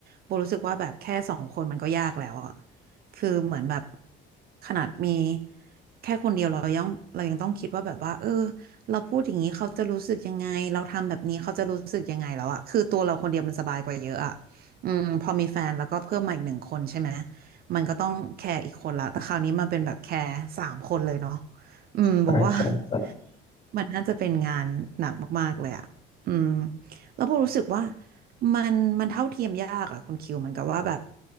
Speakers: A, on the right (about 50°); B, on the left (about 35°).
A: โบรู้สึกว่าแบบแค่สองคนมันก็ยากแล้วอะคือเหมือนแบบขนาดมีแค่คนเดียวเรายังเรายังต้องคิดว่าแบบว่าเออเราพูดอย่างนี้เขาจะรู้สึกยังไงเราทำแบบนี้เขาจะรู้สึกยังไงแล้วอะคือตัวเราคนเดียวมันสบายกว่าเยอะอะอืมพอมีแฟนแล้วก็เพิ่มมาอีกหนึ่งคนใช่ไหม มันก็ต้องแคร์อีกคนละ แต่คราวนี้มันเป็นแบบแคร์สามคนเลยเนาะ อืมบอกว่า
B: ใช่ใช่ใช่
A: <laughs> มันน่าจะเป็นงานหนักมากๆเลยอ่ะอืมแล้วโบรู้สึกว่ามันมันเท่าเทียมยากอ่ะคุณคิวเหมันกับว่าแบบ